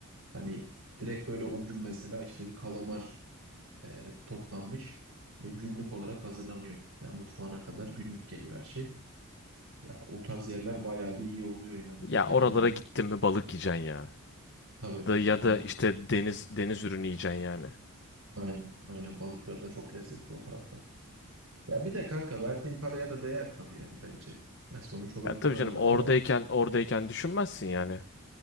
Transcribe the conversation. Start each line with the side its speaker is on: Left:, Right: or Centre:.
Right: Hani direkt böyle o gün mesela işte bir kalamar e, toplanmış ve günlük olarak hazırlanıyor. Yani mutfağına kadar günlük geliyor her şey. Ya o tarz yerler bayağı bir iyi oluyor yani
Left: Ya
Right: mekan
Left: oralara
Right: önü.
Left: gittin mi balık yiyeceksin ya.
Right: Tabii
Left: da ya
Right: balık.
Left: da işte deniz deniz ürünü yiyeceksin yani.
Right: Aynen, aynen balıkları da çok lezzetli o taraftan. Ya bir de kanka verdiğin paraya da değer tabii yani bence. Ya sonuç olarak
Left: Ya tabii
Right: bunu
Left: canım
Right: her zaman
Left: oradayken
Right: yap.
Left: oradayken düşünmezsin yani.